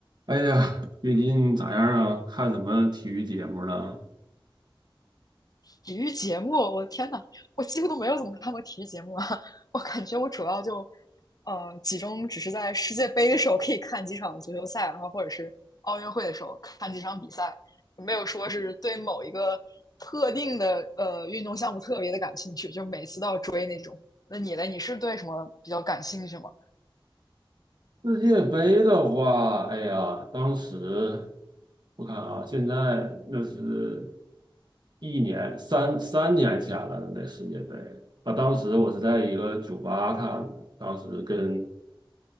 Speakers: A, on the right; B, on the left.
A: 哎呀，最近咋样啊？看什么体育节目了？
B: 体育节目，我的天呐，我几乎都没有怎么看过体育节目啊！<laughs> 我感觉我主要就，呃，集中只是在世界杯的时候可以看几场足球赛，然后或者是奥运会的时候看几场比赛，没有说是对某一个特定的呃运动项目特别的感兴趣，就每次都要追那种。那你呢？你是对什么比较感兴趣吗？
A: 世界杯的话，哎呀，当时我看啊，现在那是一年三三年前了，那世界杯啊，当时我是在一个酒吧看的，当时跟